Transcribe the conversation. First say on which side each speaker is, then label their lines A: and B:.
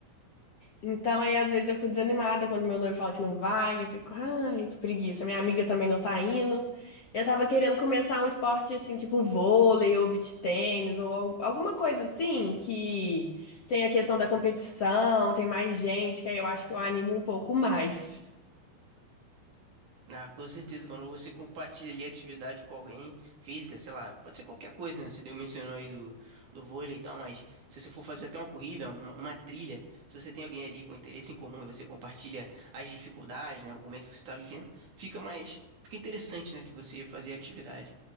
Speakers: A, on the left; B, on the right.
A: Então aí às vezes eu fico desanimada quando meu noivo fala que não vai, eu fico, ai, que preguiça, minha amiga também não tá indo. Eu tava querendo começar um esporte assim, tipo vôlei ou beach tênis ou al- alguma coisa assim que tem a questão da competição, tem mais gente, que aí eu acho que eu animo um pouco mais.
B: Ah, com certeza, quando você compartilha ali atividade com alguém física, sei lá, pode ser qualquer coisa, né? Você deu mencionou aí do, do vôlei e tal, mas se você for fazer até uma corrida, uma, uma trilha, se você tem alguém ali com interesse em comum e você compartilha as dificuldades, né? O momento que você está vivendo, fica mais, fica interessante, né? De você fazer atividade.